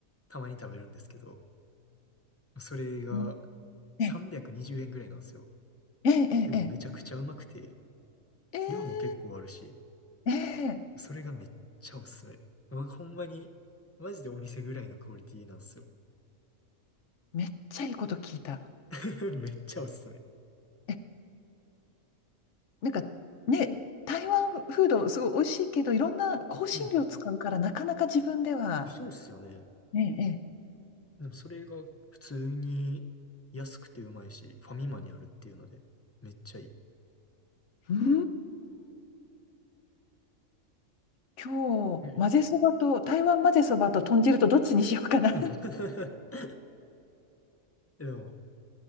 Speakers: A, on the left; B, on the left.
A: たまに食べるんですけど、それが
B: うん
A: 320円ぐらいなんですよ。
B: え、え、え、
A: でもめちゃくちゃうまくて、
B: え、え、え、
A: 量も結構あるし、
B: えー、
A: それがめっちゃおすすめ。まあ、ほんまに、マジでお店ぐらいのクオリティなんですよ。
B: めっちゃいいこと聞いた。
A: <laughs> めっちゃおすすめ。
B: え、なんかね、台湾フードすごい美味しいけど、いろんな香辛料使うからなかなか自分では。
A: うん。そうっすよね。
B: ええ、ええ
A: でもそれが普通に安くてうまいし、ファミマにあるっていうので、めっちゃいい。
B: うーん、今日、
A: うん
B: 混ぜそばと、台湾混ぜそばと豚汁とどっちにしようかな。<laughs>
A: <laughs> でも、